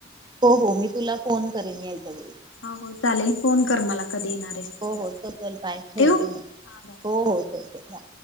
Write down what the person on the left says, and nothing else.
हो हो चालेल फोन कर मला कधी येणार आहेस
त्यावेळेस
ठेवू
हा बाय